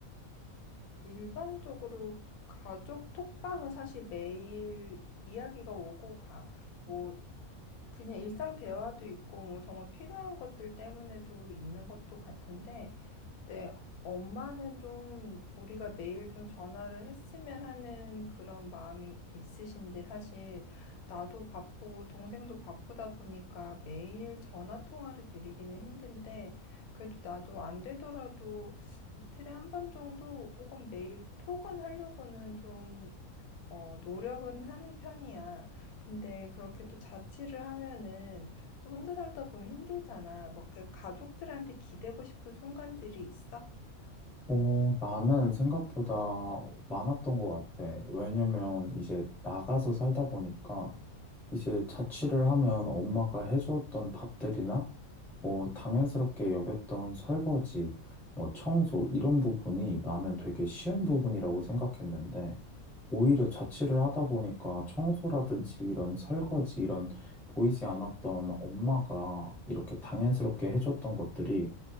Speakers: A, on the left (about 80°); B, in the centre.
A: 일반적으로 가족 톡방은 사실 매일 이야기가 오고 가. 뭐 그냥 일상 대화도 있고 뭐 정말 필요한 것들 때문에도 있는 것도 같은데 내 엄마는 좀 우리가 매일 좀 전화를 했으면 하는 그런 마음이 있으신데 사실 나도 바쁘고 동생도 바쁘다 보니까 매일 전화 통화를 드리기는 힘든데 그래도 나도 안 되더라도 이틀에 한 번 정도 혹은 매일 톡은 하려고는 좀 어, 노력은 하는 편이야. 근데 그렇게 또 자취를 하면은 또 혼자 살다 보면 힘들잖아. 막 그 가족들한테 기대고 싶은 순간들이 있어?
B: 어, 나는 생각보다 많았던 것 같아. 왜냐면 이제 나가서 살다 보니까 이제 자취를 하면 엄마가 해줬던 밥들이나 뭐 당연스럽게 여겼던 설거지, 뭐 청소 이런 부분이 나는 되게 쉬운 부분이라고 생각했는데 오히려 자취를 하다 보니까 청소라든지 이런 설거지 이런 보이지 않았던 엄마가 이렇게 당연스럽게 해줬던 것들이